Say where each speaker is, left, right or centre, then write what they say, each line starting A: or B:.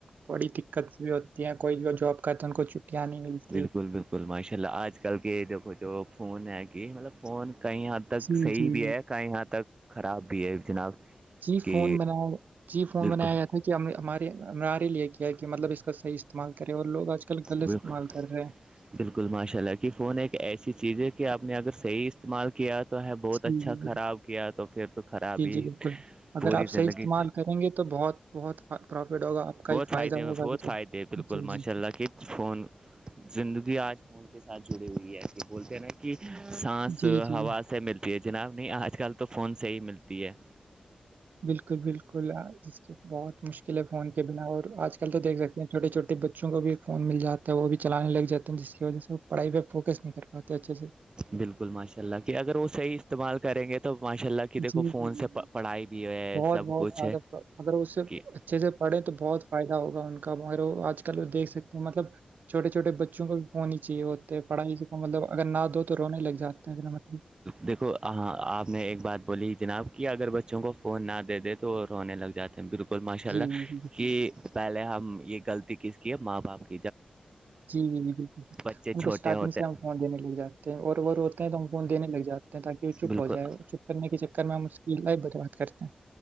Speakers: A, on the right; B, on the right.
A: بڑی دقت بھی ہوتی ہے کوئی جو جاب کرتا ہیں ان کو چھٹیاں نہیں ملتی
B: بالکل بالکل ماشاء اللہ آج کل کے دھو جو فون ہے کہ مطلب فون کہیں ہد تک
A: جی
B: صحیح
A: جی
B: بھی ہے کہیں ہد تک خراب بھی ہے جناب
A: جی
B: کہ
A: فون بنایا جی فون
B: بالکل
A: بنایا گیا تھا کہ ہمارے ہمارے لیے کہ کیا کہ مطلب اس کا صحیح استعمال کرے اور لوگ آج کل گلت
B: بالکل
A: استعمال کر رہے
B: بالکل ماشاء اللہ کہ فون ایک ایسی چیز ہے کہ آپ نے اگر صحیح استعمال کیا تو ہے بہت
A: جی
B: اچھا خراب
A: جی
B: کیا تو پھر تو خراب
A: جی،
B: ہی
A: جی، بالکل۔ اگر
B: پوری
A: آپ صحیح
B: زندگی
A: استعمال کریں گے تو بہت پروفٹ ہوگا آپ کہی
B: بہت
A: فائدہ
B: فائدے بہت
A: ہوگا بھی تو
B: فائدے بالکل
A: جی، جی،
B: ماشاء
A: جی۔
B: اللہ کہ فون زندگی آج فون کے ساتھ جڑی ہوئی ہے کہ بولتے نہیں کہ سانس
A: جی، جی،
B: ہوا سے ملتی ہے جناب نہیں آج کل تو فون سے ہی ملتی ہے
A: بالکل بالکل ج بہت مشکل ہے فون کے بنا اور آج کل تو دیکھ سکتے ہیں چوٹے چھوٹے بچوں کو بھی ایک فون مل جا تو وہ بھی چلانے لگ جاتے ہیں جس کی وجہ سے وہ پڑھائی پہوکس نہیں کر بہت اچھے سے
B: بالکل ماشاء اللہ کہ اگر وہ صحیح استعمال کریں گے تو ماشاء اللہ کہ
A: جی،
B: دیکھو
A: جی،
B: فون
A: جی،
B: سے
A: جی،
B: پڑھائی بھی ہے
A: بہت
B: سب
A: بہت
B: کچھ
A: زیادہ
B: ہے
A: اگر اس سے
B: کہ
A: اچھے سے پڑے تو بہت فائدہ ہوگا ان کو کار آج کل دیکھ سکتے ہیں مطلب چھوٹے چھوٹے بچوں کو بھی ہونی چاہیے ہوتے ہے پڑھائی کو مطلب اگر نہ دو تو رونے لگ جاتا ہے مطلب
B: دیکھو ہاں آپ نے ایک بات بولی جناب کہ اگر بچوں کو فون نہ دے دے تو رونے لگ جاتے بالکل ماشاء
A: جی،
B: اللہ
A: جی، جی،
B: کہ پہلے ہم یہ غلطی کس کی ہے ماں باپ کے
A: جی جی جی بالکل
B: بچے
A: ان
B: چھوٹے
A: کو اسٹارٹنگ
B: ہوتے
A: سے ہم س دینے لگ جاتے ہیں اور وہ رو تو ہم فون دینے لگ جاتے ہیں تاکہ وہ چپ
B: بالکل
A: ہو جائے اور چپ کرنے کے چکر میں ہم اس کی لائف برباد کرتے ہیں